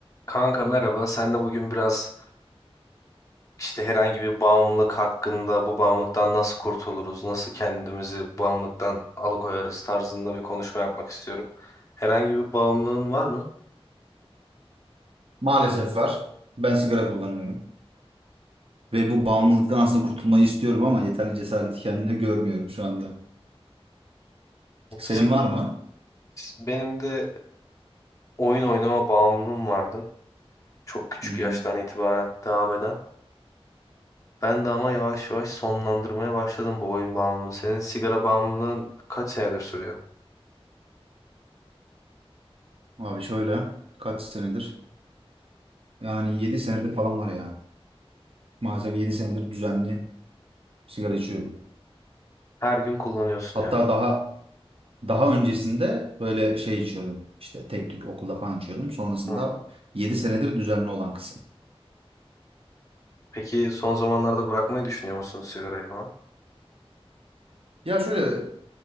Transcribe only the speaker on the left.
Kanka merhaba. Sen de bugün biraz işte herhangi bir bağımlılık hakkında bu bağımlılıktan nasıl kurtuluruz, nasıl kendimizi bağımlılıktan alıkoyarız tarzında bir konuşma yapmak istiyorum. Herhangi bir bağımlılığın var mı?
Sik-
Benim de oyun oynama bağımlılığım vardı. Çok küçük
yaştan itibaren devam eden. Ben de ama yavaş yavaş sonlandırmaya başladım bu oyun bağımlılığını. Senin sigara bağımlılığın kaç senedir sürüyor?
Her gün kullanıyorsun
yani.
Ha.
Peki son zamanlarda bırakmayı düşünüyor musun sigarayı falan?